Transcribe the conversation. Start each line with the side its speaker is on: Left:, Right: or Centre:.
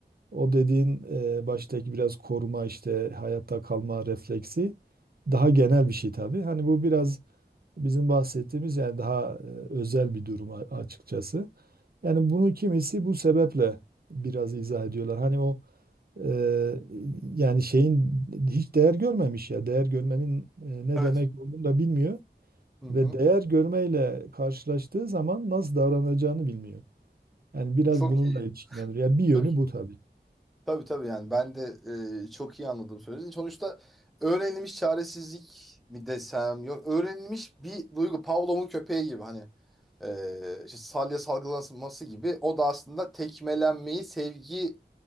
Right: o dediğin e, baştaki biraz koruma işte hayatta kalma refleksi daha genel bir şey tabii. Hani bu biraz bizim bahsettiğimiz yani daha e, özel bir durum a- açıkçası. Yani bunu kimisi bu sebeple biraz izah ediyorlar. Hani o Eee, yani şeyin hiç değer görmemiş ya. Değer görmenin e, ne
Centre: Evet.
Right: demek olduğunu da bilmiyor
Centre: Hı hı.
Right: ve değer görmeyle karşılaştığı zaman nasıl davranacağını bilmiyor. Yani biraz
Centre: Çok
Right: bununla
Centre: iyi.
Right: ilişkilendiriyor. Ya bir yönü
Centre: Çok iyi.
Right: bu tabii.
Centre: Tabii tabii yani ben de e, çok iyi anladım söylediğinizi. Sonuçta öğrenilmiş çaresizlik mi desem yok öğrenilmiş bir duygu Pavlov'un köpeği gibi hani e, işte salya salgılanması gibi o da aslında tekmelenmeyi sevgi